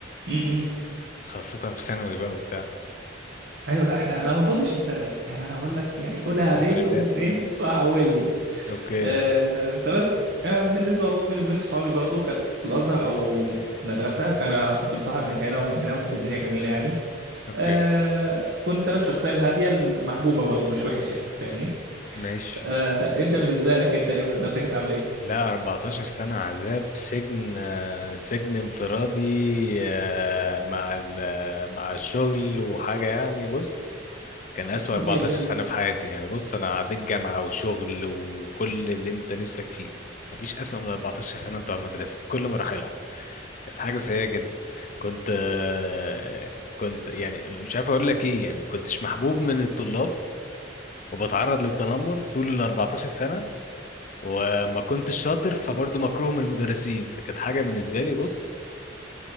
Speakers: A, on the right; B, on the left.
A: م- م.
B: خاصة في ثانوي بقى وبتاع
A: ايوه لا احنا انا ما وصلتش للثانوي يعني انا بقول لك يعني اولى
B: الحمد
A: اعدادي
B: لله
A: وامه ايه وعولني
B: أوكي
A: آه فبس آه بالنسبه برضه بيني وبين اصحابي برضه كانت في الازهر او مدرسه فانا كنت مصاحب من هنا ومن هنا وكانت الدنيا جميله يعني
B: أوكي
A: آه كنت انا الشخصيه الهاديه المحبوبه برضه مش وحش يعني فاهمني
B: ماشي
A: آه انت بالنسبه لك انت ايام المدرسه كانت عامله ايه
B: لا 14 سنة عذاب سجن آه، سجن انفرادي آه، مع ال- مع الشغل وحاجة يعني بص كان أسوأ 14
A: 100 100
B: سنة في حياتي يعني بص أنا عديت جامعة وشغل وكل اللي أنت نفسك فيه مفيش أسوأ من 14 سنة بتوع المدرسة كل مراحلها كانت حاجة سيئة جدا كنت آه، كنت يعني مش عارف أقول لك إيه يعني كنتش محبوب من الطلاب وبتعرض للتنمر طول ال 14 سنة وما كنتش شاطر فبرضه مكروه من المدرسين فكانت حاجة بالنسبة لي بص